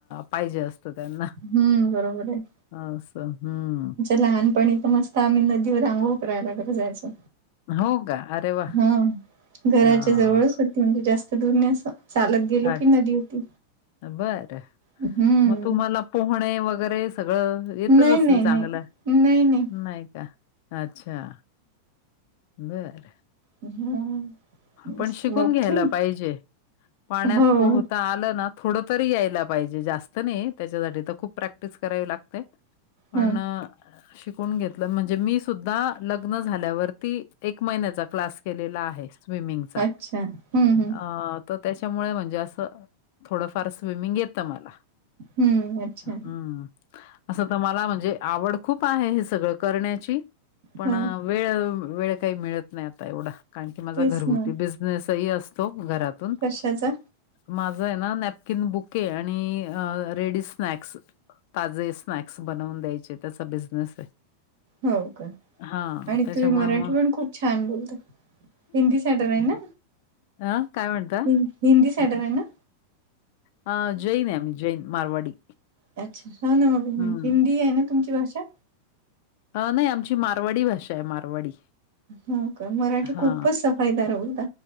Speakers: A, on the left; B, on the right.
A: पाहिजे, असतं त्यांना.
B: हम्म बरोबर ये.
A: हां, अस हम्म.
B: लहानपणी तर मस्त आम्ही नदीवर अंघोळ करायला जायचो.
A: हो का अरे वा
B: हां. घराच्या
A: हा
B: जवळच होती म्हणजे, जास्त दूर नाही असं. चालतं गेलो
A: अच्छा
B: की नदी होती,
A: बरं
B: हम्म..
A: मग तुम्हाला पोहणे वगैरे सगळं येतच
B: नाही
A: असेल,
B: नाही नाही
A: चांगलं
B: नाही नाही.
A: नयी. अच्छा बरं.
B: हा मस्त
A: पण शिकून
B: मोठी
A: घ्यायला पाहिजे. पाण्यात
B: हो
A: पोहता आलं ना. थोड तरी यायला पाहिजे, जास्त नाही तेच्यासाठी तर खूप प्रॅक्टिस करावी लागते. पण,
B: हा
A: शिकून घेतलं म्हणजे, मी सुद्धा लग्न झाल्यावरती एक महिन्याचा क्लास केलेला आहे. स्विमिंगचा
B: अच्छा हम्म हम्म
A: अं.. तेच्यामुळे म्हणजे असं, थोडंफार स्विमिंग येत मला.
B: हम्म अच्छा
A: हम्म.. असं तर मला म्हणजे आवड खूप आहे. हे सगळं करण्याची पण,
B: हा
A: वेळ वेळ काही मिळत नाही आता, एवढा कारण की माझा
B: तेच
A: घरगुती
B: ना
A: बिझने सही असतो घरातून.
B: कशाचा?
A: माझं आहे ना नॅपकिन बुके, आणि रेडी स्नॅक्स. ताजे स्नॅक्स बनवून द्यायचे, त्याचा बिझनेस आहे.
B: हो का,
A: हा
B: आणि
A: त्याच्यामुळे
B: तुम्ही मराठी
A: मग
B: पण खूप छान बोलता. हिंदी सेंटर आहे ना.
A: अं काय म्हणता?
B: हि- हिंदी सेंटर आहे ना?
A: अ जैन आहे, आम्ही जैन मारवाडी.
B: अच्छा. हो ना, मग
A: हम्म.
B: हिंदी आहे ना, तुमची भाषा.
A: अं.. नाही आमची मारवाडी भाषा आहे मारवाडी.
B: हो का, मराठी
A: हा.
B: खूपच सफायदार बोलता